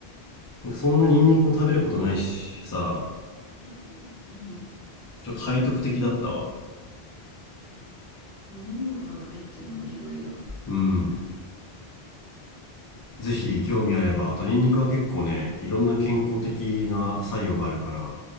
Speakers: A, on the left; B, on the left.
A: なんかそんなニンニクを食べることないしさ
B: うん。ないね。うん。
A: ちょっと背徳的だったわ
B: うん。飲み物まで入ってんのは意外だ。
A: うんぜひ興味あればあとニンニクは結構ねいろんな健康的な作用があるから